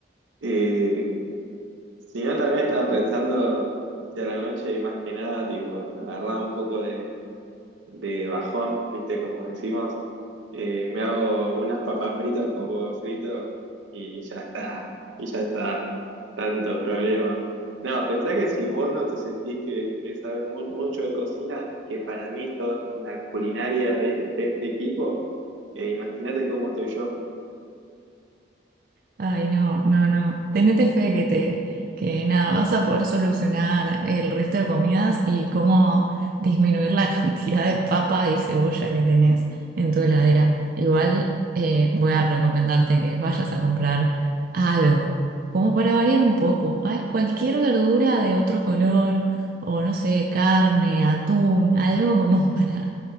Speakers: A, on the right; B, on the right.
A: Eh, si no, también estaba pensando si a la noche, más que nada, tipo, me agarraba un poco de, de bajón, viste, como decimos, eh, me hago unas papas fritas con huevo frito y ya está, y ya está, tanto problema. No, pensá que si vos no te sentís que, que sabes mu- mucho de cocina, que para mí sos la culinaria de, de este equipo, eh, imagínate cómo estoy yo.
B: Ay, no, no, no. Tenete fe que te, que nada, vas a poder solucionar el resto de comidas y cómo disminuir la <laughs> cantidad de papa y cebolla que tenés en tu heladera. Igual eh, voy a recomendarte que vayas a comprar algo, como para variar un poco. Ay, Cualquier verdura de otro color, o no sé, carne, atún, algo como <laughs> para